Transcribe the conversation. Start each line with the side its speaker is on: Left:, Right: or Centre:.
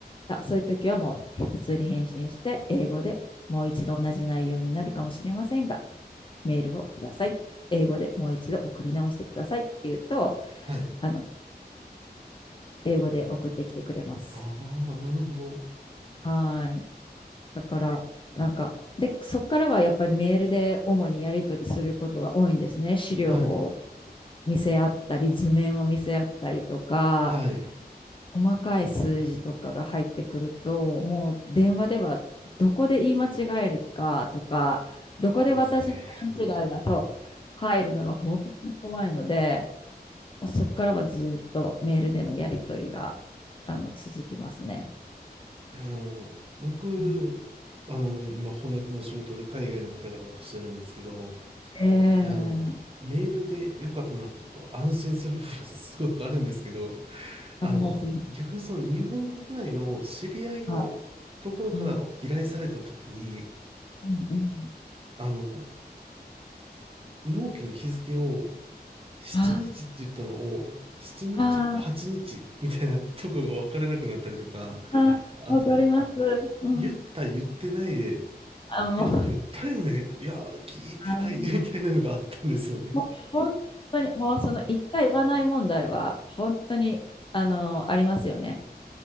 Left: あそういう時はもう、普通に返信して、英語でもう一度同じ内容になるかもしれませんが、メールをください。英語でもう一度送り直してくださいって言うと、
Right: はい。
Left: あの、英語で送ってきてくれます。
Right: ああ、なるほど。
Left: はい。だから、なんか、で、そこからはやっぱりメールで主にやり取りすることが多いんですね。資料を
Right: はい。
Left: 見せ合ったり、図面を見せ合ったりとか、
Right: はい。
Left: 細かい数字とかが入ってくると、もう電話ではどこで言い間違えるかとか、どこで私の勘違いがそう入るのが本当に怖いので、
Right: ありますね。
Left: もうそこからはずっとメールでのやり取りがあの続きますね。
Right: あの、僕、
Left: うん
Right: あの、今翻訳の仕事で海外の方々としてるんですけど、
Left: ええ、
Right: あの、メールで良かったなと安心する部分すごくあるんですけど、あの、
Left: ありますよね。
Right: 逆にその日本国内の知り合いのところから依頼された時に、
Left: はい。うん。うんうん。
Right: あの、納期の日付を7日って言ったのを、
Left: あ、
Right: 7日、8日みたいなところがわからなくなったりとか、
Left: あーあー、ああわかります。
Right: あと、
Left: うん。
Right: 言った言ってないで、
Left: あ、もう、
Right: え、言ったよねいや、聞いてないねみたいなのがあったんですよね。
Left: あの、もう本当に、もうその言った言わない問題は、本当に、あの、ありますよね。